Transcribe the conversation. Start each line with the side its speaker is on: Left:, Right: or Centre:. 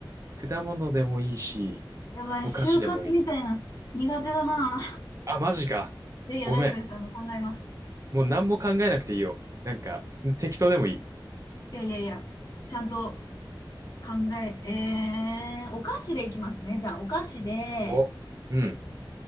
Right: 果物でもいいし、
Left: やばい、
Right: お菓子でもいい。
Left: 就活みたいな。苦手だな。
Right: あ、マジか。
Left: いやいや、
Right: ごめん。
Left: 大丈夫です。あの、考えます。
Right: もう何も考えなくていいよ。なんか、適当でもいい。
Left: いやいやいや、ちゃんと考え、えー、お菓子でいきますね。じゃあ、お菓子で、
Right: お、うん、